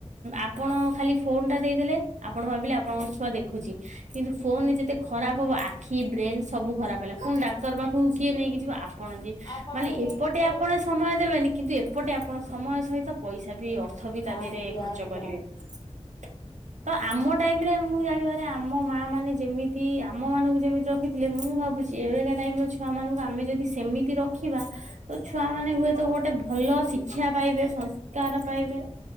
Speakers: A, on the right; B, on the left.
A: ଆପଣ ଖାଲି ଫୋନ ଟା ଦେଇଦଲେ ଆପଣ ଭାବିଲେ ଆପଣଙ୍କ ଛୁଆ ଦେଖୁଛି କିନ୍ତୁ ଫୋନ ଯେତେ ଖରାପ ହେବ ଆଖି କି ବ୍ରେନ ସବୁ ଖରାପ ହେଲା ପୁଣି ଡାକ୍ତର ପାଖକୁ କିଏ ନେଇକି ଯିବ ଆପଣ ଯିଏ
B: ଆପଣ
A: ମାନେ
B: ହିଁ ନେଇକି
A: ଏପଟେ
B: ଯିବେ
A: ଆପଣ ସମୟ ଦେବେନି କିନ୍ତୁ ଏପଟେ ଆପଣ ସମୟ ସହିତ ପଇସା ବି ଅର୍ଥ ବି ତା
B: ଆଜ୍ଞା
A: ଦେହରେ ଖର୍ଚ୍ଚ
B: ଆଜ୍ଞା।
A: କରିବେ। <inaudible> ତ ଆମ ଟାଇମ ରେ ମୁଁ ଜାଣିବାରେ ଆମ ମା ମାନେ ଯେମିତି ଆମ ମାନଙ୍କୁ ଯେମିତି ରଖିଥିଲେ ମୁଁ ଭାବୁଛି ଚି ଏବେକ ଟାଇମିରେ ଛୁଆମାନଙ୍କୁ ଆମେ ଯଦି ସେମିତି ରଖିବା ତ ଛୁଆ ହୁଏତ ଗୋଟେ ଭଲ ଶି ଶିକ୍ଷା ପାଇବେ ସଂସ୍କାର ପାଇବେ